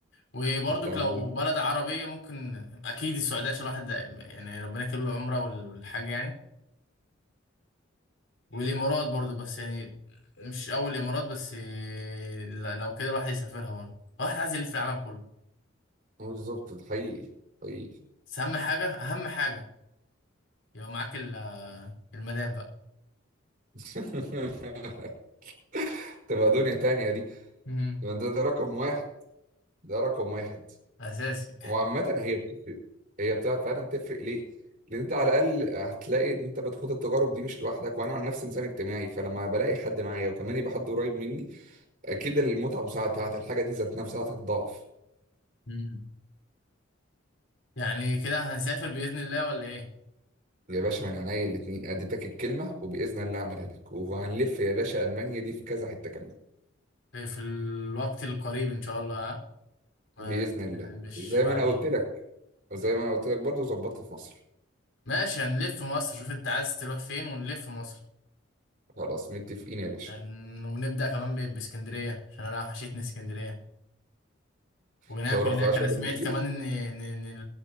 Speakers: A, on the left; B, on the right.
A: وبرضك
B: تمام
A: لو بلد عربية ممكن أكيد السعودية عشان الواحد يعني ربنا يكتب له العمرة وال- والحاج يعني والامارات برضو بس يعني مش اول الامارات بس إيه، ل- لو كده الواحد يسافرها برضو الواحد عايز يلف العالم كله
B: بالظبط ده حقيقي حقيقي
A: بس اهم حاجه اهم حاجه يبقى معاك ال- المدام بقى
B: <laughs> تبقى دنيا تانية دي
A: امم
B: ده, ده رقم واحد ده رقم واحد
A: اساسي
B: وعامة هي بتفرق هي بتاع فعلا تفرق ليه؟ لأن أنت على الأقل هتلاقي إن أنت بتخوض التجارب دي مش لوحدك وأنا عن نفسي إنسان اجتماعي فلما بلاقي حد معايا وكمان يبقى حد قريب مني أكيد المتعة بساعتها الحاجة دي ذات نفسها هتتضاعف
A: مم. يعني كده هنسافر باذن الله ولا ايه
B: يا باشا من عينيا الاتنين أديتك الكلمة وبإذن الله أعملها لك وهنلف يا باشا ألمانيا دي في كذا حتة كمان
A: في, في الوقت القريب ان شاء الله ها ما
B: بإذن الله
A: مش
B: زي
A: بعدين
B: ما أنا قلت لك وزي ما أنا قلت لك برضه ظبطت في مصر
A: ماشي هنلف مصر شوف انت عايز تروح فين ونلف مصر
B: خلاص متفقين يا باشا
A: هن- ونبدا كمان ب- باسكندريه عشان انا وحشتني اسكندريه وناكل
B: أنت ما رحتهاش
A: هناك انا
B: بقالك
A: سمعت
B: كتير
A: كمان ان ان إن